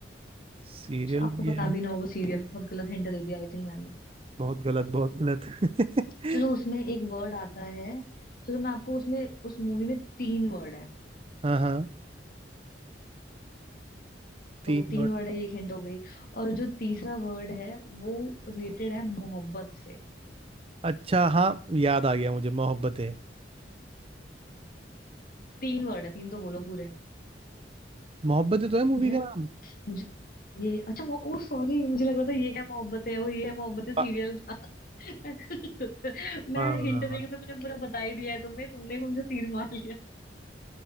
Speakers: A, on the right; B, on the left.
A: सीरियल
B: जो आपको
A: भी
B: पता
A: है
B: भी ना हो वो सीरियल बहुत गलत हिंट दे दिया आई थिंक मैंने
A: बहुत गलत बहुत गलत
B: <laughs> चलो उसमें
A: <laughs>
B: एक वर्ड आता है चलो मैं आपको उसमें उस मूवी में तीन वर्ड है
A: हाँ हाँ तीन
B: तो तीन
A: वर्ड
B: वर्ड है ये एक हिंट हो गई और जो तीसरा वर्ड है वो रिलेटेड है मोहब्बत से
A: अच्छा हाँ याद आ गया मुझे मोहब्बतें
B: तीन वर्ड है तीन तो बोलो पूरे
A: मोहब्बतें तो है मूवी
B: यार
A: का नाम
B: मुझे ये अच्छा वो ओ सॉरी मुझे लग रहा था ये है मोहब्बत है वो ये है मोहब्बत है सीरियल
A: वाह
B: था <laughs> मैं
A: वाह
B: हिंट
A: वाह
B: देके
A: वाह।
B: तो मैंने पूरा बता ही दिया है तुम्हें तुमने कौन सा तीर मार लिया